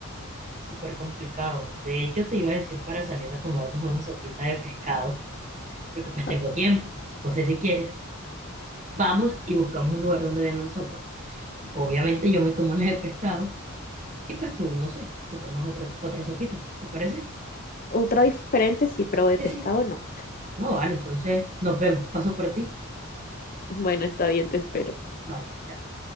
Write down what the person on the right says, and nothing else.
súper complicado. De hecho, te iba a decir para salir a tomarnos una sopita de pescado. porque pues
tengo tiempo. No sé si quieres. Vamos y buscamos un lugar donde vendan sopa. Obviamente yo me tomo las de pescado y pues tú, no sé, te tomas otra, otra sopita. ¿Te parece?
Sí,
sí.
No, vale, entonces nos vemos. Paso por ti.
Vale, chao.